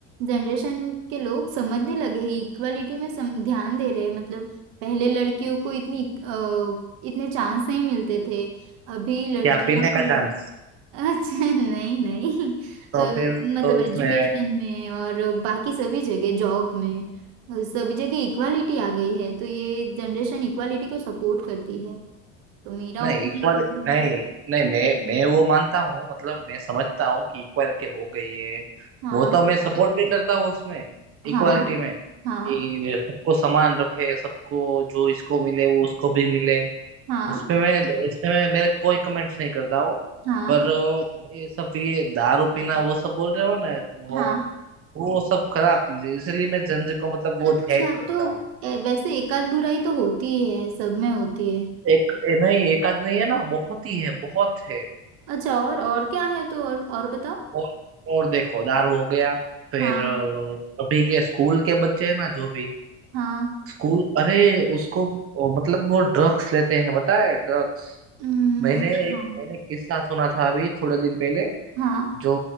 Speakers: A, on the right (about 75°); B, on the right (about 40°).
A: जनरेशन के लोग समझने लगे हैं इक्वालिटी में सम, ध्यान दे रहे हैं मतलब पहले लड़कियों को इतनी अ, इतने चांस नहीं मिलते थे अभी लड़कियां
B: क्या पीने का चांस
A: अच्छा नहीं नहीं
B: तो
A: अ,
B: फिर
A: मतलब
B: तो इसमें
A: एजुकेशन में और बाकी सभी जगह जॉब में अ, सभी जगह इक्वालिटी आ गई है तो ये जनरेशन इक्वालिटी को सपोर्ट करती है तो मेरा
B: नहीं
A: ओपिनियन
B: इक्वल नहीं नहीं मैं मैं वो मानता हूँ मतलब मैं समझता हूँ कि इक्वालिटी हो गई है
A: हाँ
B: वो तो मैं सपोर्ट भी करता हूँ उसमें इक्वालिटी
A: हाँ
B: में
A: हाँ
B: कि वे सबको समान रखे सबको जो इसको मिले वो उसको भी मिले
A: हाँ
B: उसमें मैं उसमें मैं मेरे कोई कमेंट्स नहीं करता हूँ
A: हाँ
B: पर अ, ये सब ये दारू पीना वो सब बोल रहे हो ना वो
A: हाँ
B: वो सब खराब चीज है इसलिए मैं जंजीर को मतलब
A: अच्छा
B: वो हेट करता
A: तो
B: हूँ
A: ए, वैसे एक आध बुराई तो होती ही है सब में होती है
B: एक ए, नहीं एक आध नहीं है ना बहुत ही है बहुत है
A: अच्छा और और क्या है तो और और बताओ
B: और और देखो दारू हो गया फिर
A: हाँ
B: अ, अभी के स्कूल के बच्चे हैं ना जो भी
A: हाँ
B: स्कूल अरे उसको ओ, मतलब वो ड्रग्स लेते हैं पता है ड्रग्स
A: हम्म,
B: मैंने एक
A: हाँ
B: मैंने किस्सा सुना था अभी थोड़े दिन पहले
A: हाँ
B: जो